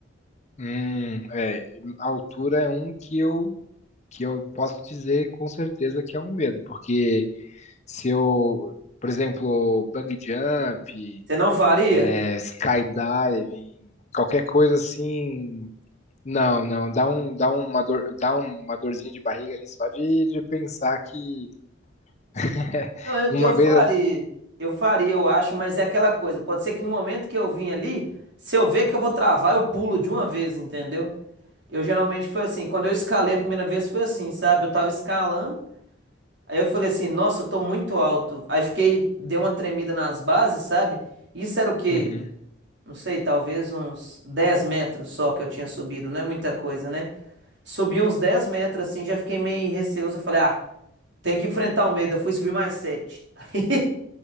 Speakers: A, on the left (about 35°); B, on the right (about 65°).
A: Hum, é, a altura é um que eu que eu posso dizer com certeza que é um medo, porque se eu, por exemplo, bungee jump,
B: Você não faria?
A: é, skydiving, qualquer coisa assim, não, não, dá um, dá uma dor, dá uma dorzinha de barriga ali só de, de pensar que <laughs>
B: Não, eu,
A: uma
B: eu faria.
A: vez
B: Eu faria, eu acho, mas é aquela coisa. Pode ser que no momento que eu vim ali, se eu ver que eu vou travar, eu pulo de uma vez, entendeu? Eu geralmente foi assim. Quando eu escalei a primeira vez, foi assim, sabe? Eu tava escalando. Aí eu falei assim, nossa, eu tô muito alto. Aí fiquei, dei uma tremida nas bases, sabe? Isso era o quê?
A: Uhum.
B: Não sei, talvez uns 10 metros só que eu tinha subido, não é muita coisa, né? Subi uns 10 metros assim, já fiquei meio receoso. Eu falei, ah, tem que enfrentar o medo. Eu fui subir mais sete <laughs>